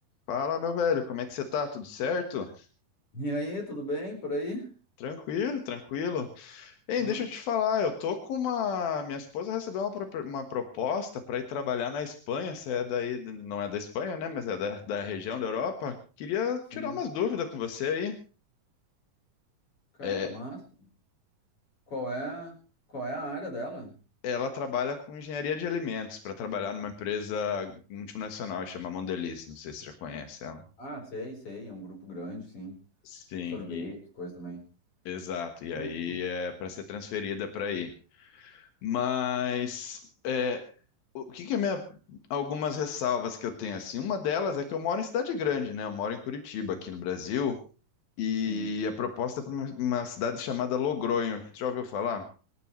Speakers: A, on the left (about 85°); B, on the left (about 40°).
A: Fala, meu velho, como é que você tá? Tudo certo?
B: E aí, tudo bem por aí?
A: Tranquilo, tranquilo. Hein,
B: Ah,
A: deixa eu te falar, eu tô com uma. Minha esposa recebeu uma, propo- uma proposta para ir trabalhar na Espanha. Você é daí, não é da Espanha, né? Mas é da, da região da Europa. Queria
B: sim.
A: tirar umas dúvidas com você aí.
B: Cara,
A: É,
B: massa. Qual é, qual é a área dela?
A: ela trabalha com engenharia de alimentos para trabalhar numa empresa multinacional, chama Mondelez. Não sei se você já conhece ela.
B: Ah, sei, sei, é um grupo grande, sim.
A: Sim,
B: Sorvete,
A: e-
B: coisa também.
A: exato. E aí
B: Hum,
A: é para ser transferida para aí. Mas. é O que que é minha... algumas ressalvas que eu tenho assim? Uma delas é que eu moro em cidade grande, né? Eu moro em Curitiba, aqui no Brasil, e
B: sim.
A: a proposta é para uma uma cidade chamada Logronho. Já ouviu falar?